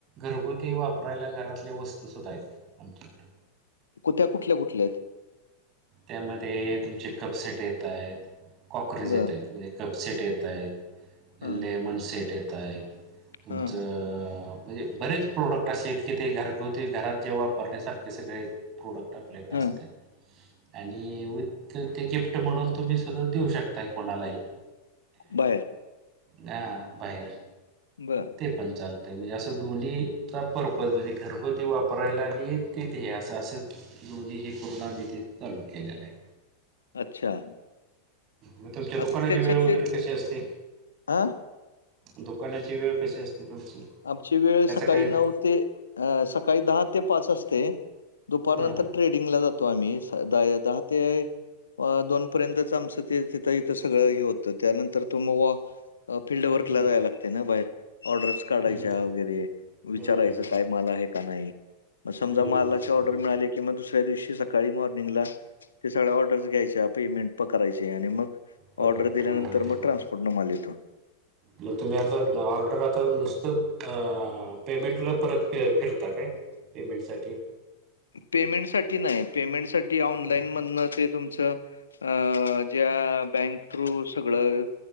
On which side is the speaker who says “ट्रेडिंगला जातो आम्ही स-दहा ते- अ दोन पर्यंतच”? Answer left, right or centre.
Left